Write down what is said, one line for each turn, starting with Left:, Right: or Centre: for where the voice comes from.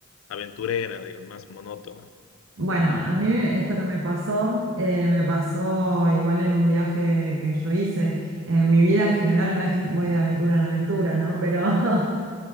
Left: aventurera, digamos, más monótona.
Right: Bueno, a mí esto que me pasó, eh, me pasó igual en un viaje que yo hice. En mi vida en general no es que voy de aventura en aventura, ¿no? Pero <laughs>